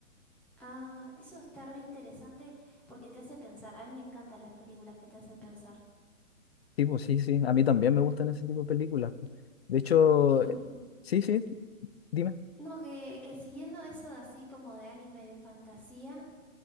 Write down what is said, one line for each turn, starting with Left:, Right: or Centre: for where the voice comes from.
Centre: Ah, eso está re interesante porque te hace pensar. A mí me encantan las películas que te hacen pensar.
Left: Sí, pues sí, sí, a mí también me gustan ese tipo de películas. pues. De hecho,
Centre: Y
Left: eh, sí, sí, dime.
Centre: no, que, que siguiendo eso de así como de anime, de fantasía.